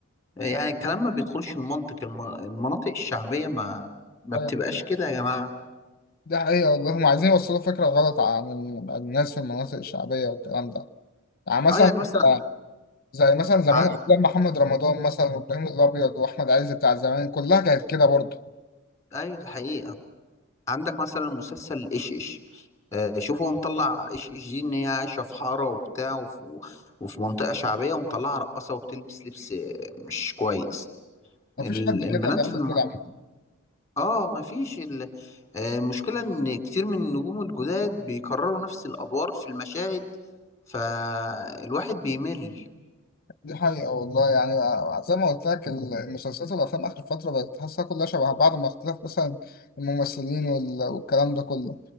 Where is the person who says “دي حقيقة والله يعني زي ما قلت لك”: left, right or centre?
Left